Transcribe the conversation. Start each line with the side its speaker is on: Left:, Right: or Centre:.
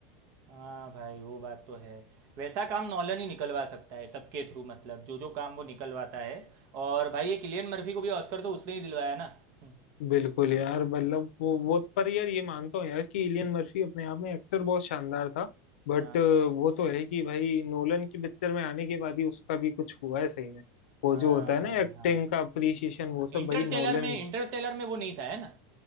Right: हाँ भाई वो बात तो है वैसा काम नॉलन ही निकलवा सकता है सबके थ्रू मतलब जो जो काम वो निकलवाता है और भाई ये किलियन मर्फी को भी ऑस्कर तो उसने ही दिलवाया ना हम्म,
Left: बिल्कुल यार मतलब वो वो पर यार ये मानता हूँ यार कि इलियन मर्फी अपने आप में एक्टर बहुत शानदार था बट
Right: हाँ
Left: वो तो है कि भाई नोलन की पिक्चर में आने के बाद ही उसका भी कुछ हुआ है सही में वो
Right: हाँ
Left: जो होता
Right: भाई
Left: है ना एक्टिंग
Right: हाँ
Left: का अप्रिसिएशन
Right: हाँ
Left: वो सब
Right: इंटरस्टेलर
Left: भाई नोलन
Right: में
Left: ही
Right: इंटरस्टेलर में वो नहीं था है ना